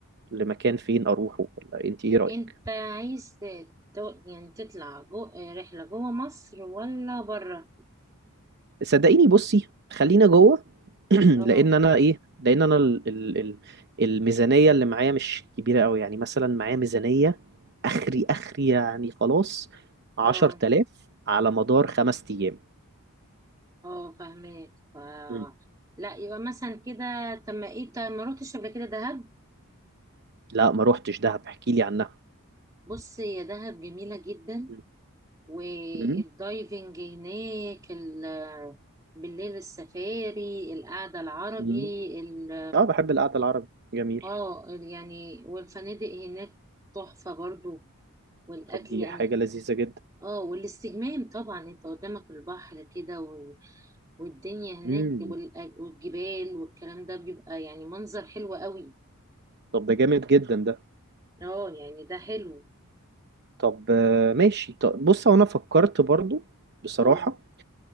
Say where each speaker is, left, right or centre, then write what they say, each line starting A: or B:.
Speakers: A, on the right (about 50°); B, on the right (about 15°).
A: لمكان فين اروحه ولا انت ايه رأيك؟
B: انت عايز ت- ت- يعني تطلع جو... آه، رحلة جوه مصر ولا بره
A: صدقيني بصي خلينا جوه <clears throat>
B: اه
A: لان انا ايه لان انا ال ال ال الميزانيه اللي معايا مش كبيره قوي يعني مثلا معايا ميزانيه اخري اخري يعني خلاص 10000
B: اه
A: على مدار خمس ايام
B: اه فاهمك ف...
A: مم.
B: لا يبقى مثلا كده طب ما ايه طب ما روحتش قبل كده دهب
A: لا ما روحتش دهب احكي لي عنها
B: بص يا دهب جميلة جدا
A: مم.
B: والدايفنج
A: مم.
B: هناك ال... بالليل السفاري القعدة العربي
A: مم.
B: ال...
A: اه بحب القعده العربي جميل
B: اه يعني والفنادق هناك تحفة برضو والأكل
A: طب دي
B: يعني
A: حاجه لذيذه جدا
B: اه والاستجمام طبعا انت قدامك البحر كده و... والدنيا هناك
A: مم.
B: والأج- والجبال والكلام ده بيبقى يعني منظر حلو قوي
A: طب ده جامد جدا ده
B: اه يعني ده حلو
A: طب آه، ماشي طب بص هو انا فكرت برضو بصراحه
B: اه